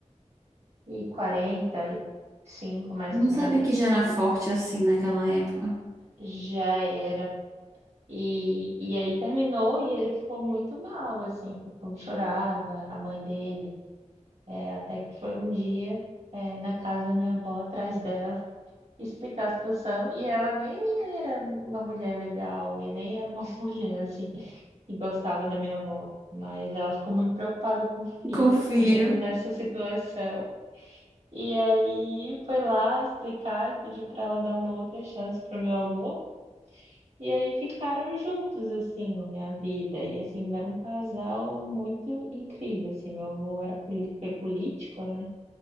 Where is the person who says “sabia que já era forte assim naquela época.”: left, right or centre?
Right